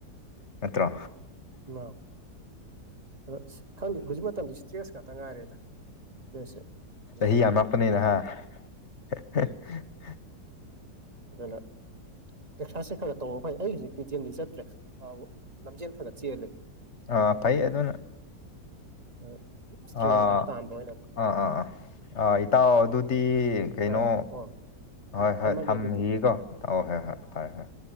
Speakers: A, on the left; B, on the right.
A: ꯅꯠꯇ꯭ꯔꯣ
B: ꯃꯥ ꯑꯗ ꯈꯪꯗꯦ ꯍꯧꯖꯤꯛ ꯃꯇꯝꯗꯤ ꯏꯁꯇ꯭ꯔꯦꯁ ꯉꯥꯛꯇ ꯉꯥꯏꯔꯦꯗ ꯏꯁꯇ꯭ꯔꯦꯁꯁꯦ
A: ꯆꯍꯤ
B: ꯌꯥꯝ ꯂꯩꯔꯦ
A: ꯌꯥꯝꯃꯛꯄꯅꯤꯅ
B: ꯍꯧꯖꯤꯛ ꯃꯇꯝꯗ
A: ꯍꯥ <inaudible>
B: ꯑꯗꯨꯅ ꯇꯦꯛꯁꯥꯁꯦ ꯈꯒ ꯇꯧꯕ ꯐꯩ ꯑꯩ ꯍꯧꯖꯤꯛꯇꯤ ꯖꯤꯝꯗꯤ ꯆꯠꯇ꯭ꯔꯦ ꯑꯥꯎ ꯂꯝꯖꯦꯜ ꯈꯥ ꯒꯥ ꯆꯦꯜꯂꯦ
A: ꯥ ꯑ ꯐꯩ ꯑꯗꯨꯅ
B: ꯑ ꯏꯁꯇ꯭ꯔꯦꯡ
A: ꯑꯥ
B: ꯈꯛ ꯇꯥꯟꯕ ꯑꯣꯏꯅꯃꯛ
A: ꯑꯥ ꯑꯥ ꯑꯥ ꯑꯥ ꯏꯇꯥꯎ ꯑꯗꯨꯗꯤ ꯀꯩꯅꯣ
B: ꯑꯥ ꯍꯣꯏ ꯎꯝ
A: ꯍꯣꯏ
B: ꯊꯝꯃꯒꯦ
A: ꯍꯣꯏ ꯊꯝꯈꯤꯀꯣ
B: ꯑꯗꯨꯗꯤ
A: ꯑꯧ ꯍꯣꯏ ꯍꯣꯏ ꯐꯔꯦ ꯐꯔꯦ